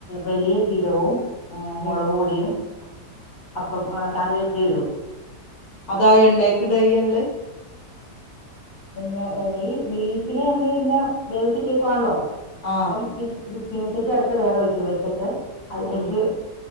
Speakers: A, on the left; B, on the left.
A: വലിയ ജിരവും ഉ
B: ഉം
A: മുളക് പൊടിയും അപ്പം കറിവേപ്പില ഇടും.
B: അതായ എണ്ണയക്കിടയ്യങ്ങള്
A: പിന്നെ എന്നെ ഈ ബീഫിനെ നമ്മള് ഇങ്ങനെ വേവിച്ചിട്ടേക്കുവാണല്ലോ?
B: ആഹ്
A: അപ്പം ച ചിനച്ചിട്ടി അടുത്ത് വേറെ വയ്ക്കും വെച്ചിട്ട് അതിലേക്ക്.
B: ഉം